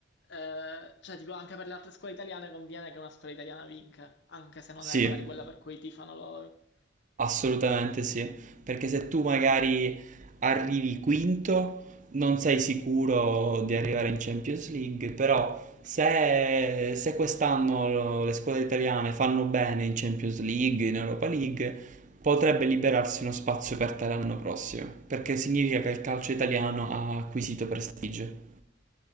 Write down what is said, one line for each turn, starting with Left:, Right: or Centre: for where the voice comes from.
Left: eh, cioè tipo anche per le altre scuole italiane conviene che una scuola italiana vinca, anche se non
Right: Sì,
Left: è magari quella per cui tifano loro,
Right: assolutamente sì, perché se tu magari arrivi quinto, non sei sicuro di arrivare in Champions League, però se, se quest'anno lo- le squadre italiane fanno bene in Champions League, in Europa League, potrebbe liberarsi uno spazio per te l'anno prossimo, perché significa che il calcio italiano ha acquisito prestigio